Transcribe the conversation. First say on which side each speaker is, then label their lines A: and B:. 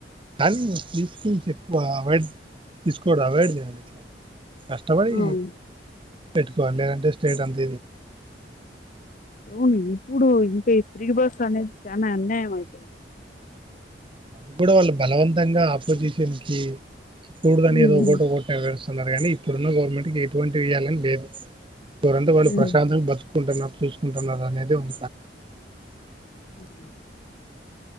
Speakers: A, on the right; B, on the left.
A: కానీ ఫ్రీ స్కీమ్స్ ఎక్కువ అవాయిడ్ తీసుకోవద్దు అవాయిడ్ చేయాలి కష్టపడి
B: అవును
A: పెట్టుకోవాలి లేదంటే స్టేట్ అంత
B: అవును ఇప్పుడు ఇంకా ఈ ఫ్రీ బస్ అనేది చానా అన్యాయం అయితుంది
A: ఇప్పుడు వాళ్ళు బలవంతంగా ఆపోజిషన్ కి చూడుదని
B: ఉమ్
A: ఏదో ఒకటొకటే వేస్తా న్నారు కానీ ఇప్పుడున్న గవర్నమెంట్కి ఎటువంటివియ్యాలని లేదు గోరంత వాన్నీ
B: ఉమ్
A: ప్రశాంతంగా బ్రతుకు. చూకుంటున్నారు చూసుకుంటున్నారనేడే ఉ
B: ఉహు